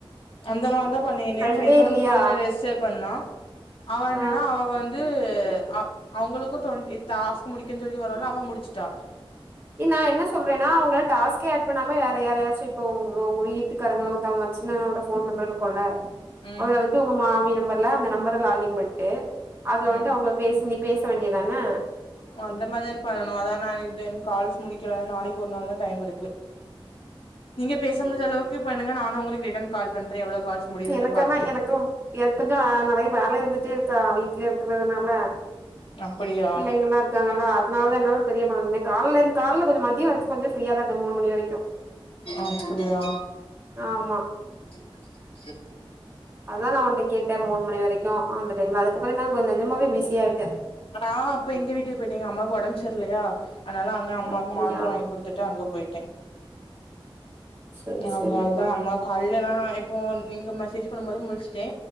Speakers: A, on the left; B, on the right.
A: அந்த மாதிரி தான் பண்ணனு
B: ஃப்ரெண்டே
A: எ ஃப்ரெண்ட்
B: இல்லையா
A: ஒண் பொண்ணு ரிஜிஸ்டர் பண்ணா அவா என்னன்னா
B: ஆ
A: அவா வந் து அவ் அவங்களுக்கு டொண்ட்டி டாஸ்க்கு முடிக்கன் சொல்லி வருலா அவா முடிச்சிட்டா
B: ஏ நா என்ன சொல்றேன்னா அவங்கலா டாஸ்க்கே அட் இப்ப நம்ம வேற யாரயாச்சு இப்போ உ உங்க வீட்டுக்காரங்க உ தங் மச்சுனனானோட போன் நம்பர் இருக்குன்ள
A: ம்
B: அதுல வந்து உங்க மாமி நம்பர்ல அந்த நம்பர் லாகன் பண்ணிட்டு அதுல
A: ம்
B: வந்து அவங்க பேச நீ பேச வேண்டியதானா
A: ஓ அந்த மாதிரியான பண்ணனும் அதான் நான்க்கு தேன் கால்ஸ் முடிக்கிற நாளைக்கு ஒரு நாள் தா டைம் இருக்கு நீங்க பேச முடிஞ்ச அளவு க்கு பண்ணுங்க நானு உங்களுக்கு ரிட்டன் கால் பண்றே எவ்வளோ கால்ஸ் முடியுதுன்னு
B: எனக்கன்னா
A: பாத்துட்டு
B: எனக்கு எனக்கு கொஞ்சோ நெறய வேல இருந்துட்டே இருக்கா வீட்லே இருக்கதுனால
A: அப்படியா
B: பிள்ளைங்கல்லா இருக்காங்களா அதனால என்னவோ பெரிய ப இன்னைக்கு காலே இருந்து காலேல கொஞ்சோ மதியோ வரைக்கு கொஞ்சோ ஃப்ரியா தா மூணு மணி வரைக்கு
A: அப்படியா
B: ஆமா
A: அ
B: அததுதான் நான் அவன்ட கேட்டன் மூணு மணி வரைக்கும் அந்த டைம்ல அதுக்கப்புறோ நான் கொஞ்சோ நெஜமாவே பிஸி ஆயிட்டேன்
A: நன்னா அப்ப எங்க வீட்டுக்கு போயிட்டே எங்க அம்மாக்கு உடம்பு செரி இல்லையா அதனால நா அம்மாக்கு
B: அப்டியா
A: மாத்திர வாங்கி கொடுத்துட்டு அங்க போயிட்டே
B: செரி
A: அதனாலதான்
B: செரி
A: நம்ம காலைல நா இப்போ நீங்க மசேஜ் பண்ணு போது முழிச்சுட்டே